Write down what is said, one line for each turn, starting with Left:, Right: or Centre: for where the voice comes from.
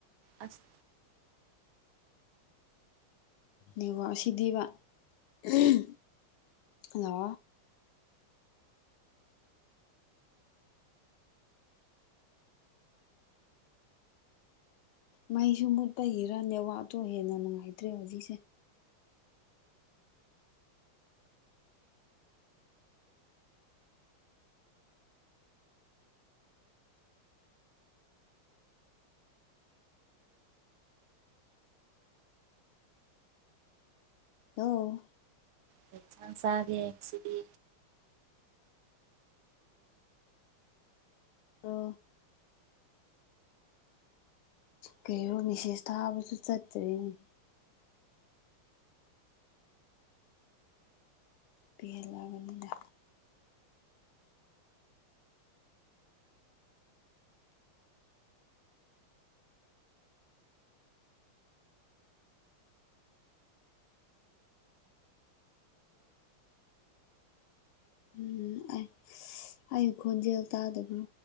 Right: ꯑꯁ
Left: ꯅꯦꯋꯥꯛ ꯑꯁꯤꯗꯤꯕ ꯎꯝ ꯍꯜꯂꯣ ꯃꯩꯁꯨ ꯃꯨꯠꯄꯒꯤꯔ ꯅꯦꯋꯥꯛꯇꯣ ꯍꯦꯟꯅ ꯅꯨꯡꯉꯥꯏꯇ꯭ꯔꯦ ꯍꯧꯖꯤꯛꯁꯦ ꯍꯜꯂꯣ
Right: ꯀꯩ ꯏꯟꯁꯥꯡ ꯆꯥꯒꯦ ꯉꯁꯤꯗꯤ
Left: ꯂꯣ ꯀꯩꯔꯣ ꯃꯦꯁꯦꯁ ꯊꯥꯕꯁꯨ ꯆꯠꯇ꯭ꯔꯦꯅꯦ ꯄꯦꯜꯂꯕꯅꯤꯗ ꯎꯝ ꯑꯩ ꯑꯩ ꯈꯣꯟꯖꯦꯜ ꯇꯥꯗꯕ꯭ꯔꯣ